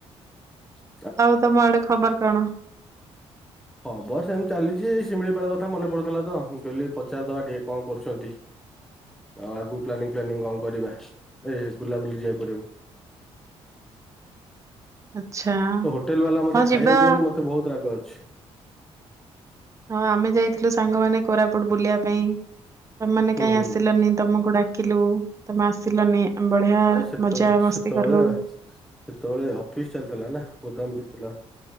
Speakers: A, in the centre; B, on the right.
A: ଅ
B: ଆଉ ତମ ଆଡେ ଖବର କଣ?
A: ଖବର ସେମିତି ଚାଲିଛି ଏଇ ଶିମିଳିପାଳ କଥା ମନେ ପଡୁଥିଲା ତ ମୁଁ କହିଲି ପଚାରଦବା ଟିକେ କଣ କରୁଛନ୍ତି। ଆଉ ଆଗକୁ ପ୍ଲାନିଂ ଫ୍ଲାନିଂ କଣ କରିବା ଏ ବୁଲାବୁଲି ଯିବା କରିବାକୁ?
B: ଆଚ୍ଛା
A: ତ ହୋଟେଲ ବାଲା ମତେ
B: ହଁ
A: ଖାଇବାକୁ
B: ଯିବା
A: ଦେଇନି ମତେ ବହୁତ ରାଗ ଅଛି।
B: ହଁ ଆମେ ଯାଇଥିଲୁ ସାଙ୍ଗମାନେ କୋରାପୁଟ ବୁଲିବା ପାଇଁ ତମମାନେ
A: ହୁଁ
B: କାହିଁ
A: ହୁଁ।
B: ଆସିଲନି ତମକୁ ଡାକି କିଲୁ ତମେ ଆସିଲନି। ଆମେ ବଢିଆ
A: ଆ ସେତବେ
B: ମଜା ମସ୍ତି
A: ସେତେବେଳେ
B: କଲୁ
A: ସେତେବେଳେ ଅଫିସ ଚାଲିଥିଲା ନା ଗୋଦାମ ଥିଲା